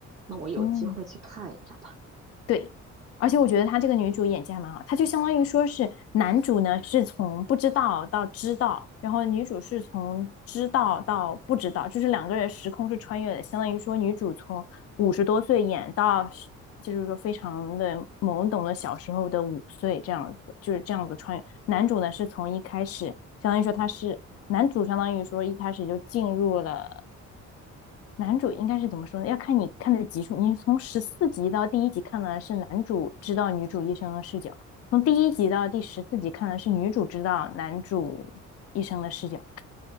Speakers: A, on the right; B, on the left.
A: 那我有机会去看一下吧。
B: 嗯。对，而且我觉得她这个女主演技还蛮好，她就相当于说是男主呢是从不知道到知道，然后女主是从知道到不知道，就是两个人时空是穿越的，相当于说女主从五十多岁演到十就是说非常的懵懂的小时候的五岁这样子，就是这样子穿越。男主呢是从一开始，相当于说他是男主，相当于说一开始就进入了男主应该是怎么说呢？要看你看的集数。你是从十四集到第一集看的是男主知道女主一生的视角，从第一集到第十四集看的是女主知道男主一生的视角。